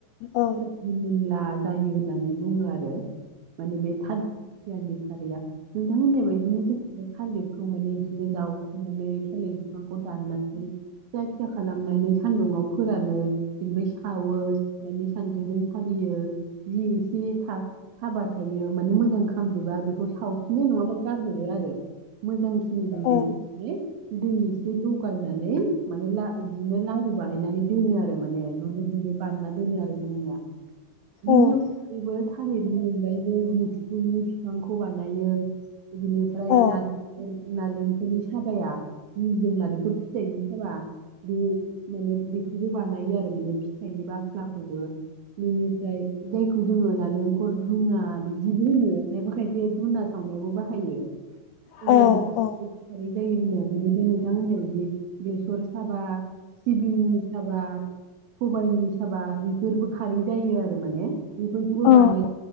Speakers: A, on the left (about 80°); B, on the right (about 80°).
A: औ
B: रिमोनदला जायो होननानै बुङो आरो माने बे <unintelligible> खारैया नोंथां होननाय बायदिनो जोंहा बे थालिरखौ माने इदिनो जावखुनानै थालिर फिफांखौ दाननानै फिसा फिसा खालामनानै सान्दुुंआव फोरानो बेनिफ्राय सावो सावनानै सान्द्रिजों सालियो जि एसे था हाबा थायो माने मोजां खामजोबा बे खौ सावफिनो नङाबा गारहरो आरो मोजांखिनि गुन्दै
A: औ
B: <unintelligible> दै एसे लगायनानै माने ला इदिनो लारु बानायनानै दोनो आरो। माने दुलुर-दुलुर बानायना दोनो आरो जोंनिया बेनि
A: औ
B: अनगायैबो थालिरनि अनगायैबो मैथुनि बिफांखौ बानायो बिनिफ्राय
A: औ
B: नालिं खर नालिं बेनि साबाया जि जों नालेंखर फिथाइनि साबा बे माने बेखौबो बानायो आरो माने फिथाइनि बाख्लाखौबो बेनिफ्राय जायखौ जोङो नालेंखर धुना बिदिबो होनो खायफा खायफाया धुना सावनायावबो बाहायो। अब्लाबो
A: औ औ
B: खारै जायो होनो बिनिफ्राय नोंथां होननाय बायदि बेसर साबा सिबिंनि साबा सबायनि साबा बेफोरबो खारै जायो आरो माने बेफोरखौबो
A: औ
B: बानाय